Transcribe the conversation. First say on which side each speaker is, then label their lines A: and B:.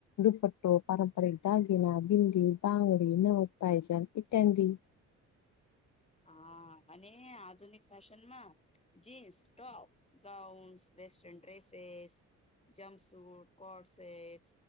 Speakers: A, on the left (about 70°); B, on the left (about 20°).
A: દુપટ્ટો પારંપરિક દાગીના બિંદી, બંગડી નવત્પાયજન ઈત્યાદી
B: હા અને આધુનિક ફેશનમાં jeans, top gowns, western dresses jumpsuit, coat set,